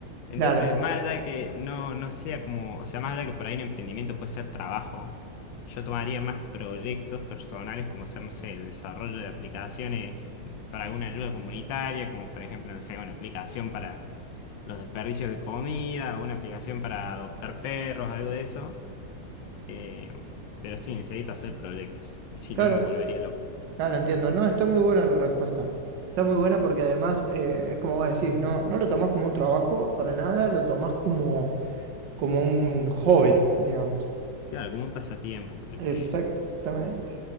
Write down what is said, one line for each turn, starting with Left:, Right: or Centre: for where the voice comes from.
Left: Entonces,
Right: Claro,
Left: más allá de que no, no sea como, o sea, más allá de que por ahí un emprendimiento puede ser trabajo, yo tomaría más proyectos personales como ser, no sé, el desarrollo de aplicaciones para alguna ayuda comunitaria, como por ejemplo, no sé, una aplicación para los desperdicios de comida, o una aplicación para adoptar perros, algo de eso. Eh, pero sí, necesito hacer proyectos, si
Right: claro,
Left: no me volvería loco.
Right: claro, entiendo. No, está muy buena la respuesta. Está muy buena porque además eh, es como vos decís, no, no lo tomás como un trabajo para nada, lo tomás como, como un hobby, digamos.
Left: Claro, como un pasatiempo, porque
Right: Exactamente.